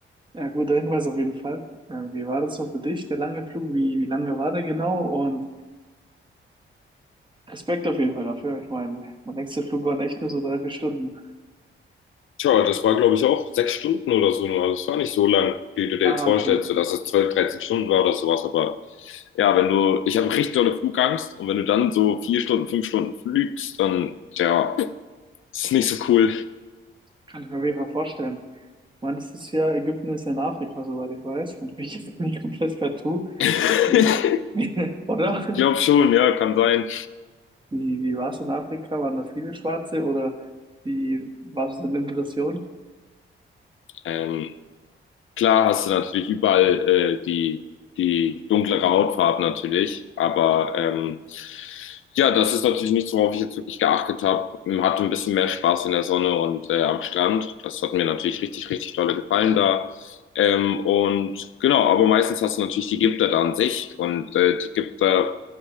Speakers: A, on the right; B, on the left.
A: ja, guter Hinweis auf jeden Fall. Äh, wie war das so für dich, der lange Flug? Wie, wie lange war der genau? Und Respekt auf jeden Fall dafür. Ich meine, mein nächster Flug waren echt nur so drei, vier Stunden.
B: Tja, das war, glaube ich, auch sechs Stunden oder so nur. Also es war nicht so lang, wie du dir
A: Ah,
B: jetzt vorstellst,
A: okay.
B: so dass es 12, 13 Stunden war oder sowas. Aber ja, wenn du, ich habe richtig dolle Flugangst und wenn du dann so vier Stunden, fünf Stunden fliegst, dann, ja, ist nicht so cool.
A: Kann ich mir auf jeden Fall vorstellen. Ich meine, das ist ja, Ägypten ist ja in Afrika, soweit ich weiß. Und ich bin jetzt <laughs> nicht komplett partout.
B: <laughs> ich
A: Wie- <laughs> Oder?
B: glaube schon, ja, kann sein.
A: Wie, wie war es in Afrika? Waren da viele Schwarze oder wie war es in Impression?
B: Ähm, Klar hast du natürlich überall äh, die, die dunklere Hautfarbe natürlich, aber ähm, ja, das ist natürlich nichts, worauf ich jetzt wirklich geachtet habe. Hatte ein bisschen mehr Spaß in der Sonne und äh, am Strand. Das hat mir natürlich richtig, richtig tolle gefallen da. Ähm, und genau, aber meistens hast du natürlich die Gipter da an sich und äh, die Gipter würde